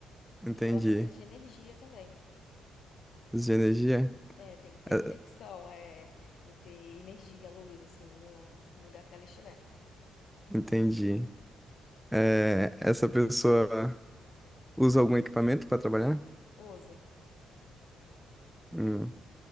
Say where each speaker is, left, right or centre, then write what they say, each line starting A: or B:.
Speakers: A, in the centre; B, on the left.
A: Entendi.
B: E ela precisa de energia também.
A: De energia?
B: É, tem que ter
A: Eh,
B: conexão, é, tem que ter energia, luz, assim, no, no lugar que ela estiver.
A: Entendi. Eh, essa pessoa usa algum equipamento para trabalhar?
B: Usa.
A: Hum.